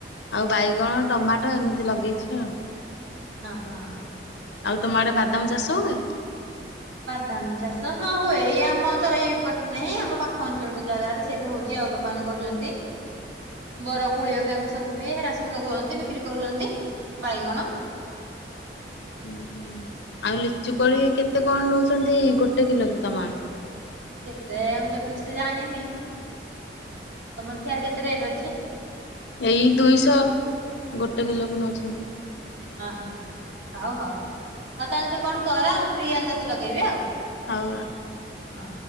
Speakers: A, on the left; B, on the right.
A: ଆଉ ବାଇଗଣ ଟମାଟୋ ଏମିତି ଲଗେଇଛି ଆଉ।
B: ଅ ହଁ।
A: ଆଉ ତମ ଆଡେ ବାଦାମ ଚାଷ ହୁଏ?
B: ବାଦାମ ଚାଷ ହଁ ହୁଏ ଏଇ ଆମ ତ ଏଇପଟରେ ନାହିଁ ଆମ ପାଖ ଅଞ୍ଚଳ ଜାଗାରେ ସେଇଠି ହଉଛି ଆଉ ଲୋକମାନେ କରୁଛନ୍ତି। ବରକୁଳି ଅରିକା ଏମିତି ସବୁ ବି ହେରା ସବୁ ଲଗଉଛନ୍ତି ବିକ୍ରି କରୁଛନ୍ତି। ବାଇଗଣ
A: ଉ ହୁଁ ଆଉ ଲିଚୁକୋଳି କେତେ କଣ ନଉଛନ୍ତି ଗୋଟେ କିଲୋକୁ ତମ ଆଡେ?
B: କେତେ ମୁଁ ତ ଠିକ ସେ ଜାଣିନି। ତମର ସିଆଡେ କେତେ ରେଟ ଅଛି?
A: ଏଇ ଦୁଇଶହ ଗୋଟେ କିଲୋକୁ ନଉଛନ୍ତି।
B: ଅହ ହଉ ହଉ ଆଉ ତାହେଲେ ତୁ କଣ କର ଆଉ ଫ୍ରି ହେଲେ ତତେ ଲଗେଇବି ଆଉ।
A: ହଉ ଆଉ।
B: ହଁ।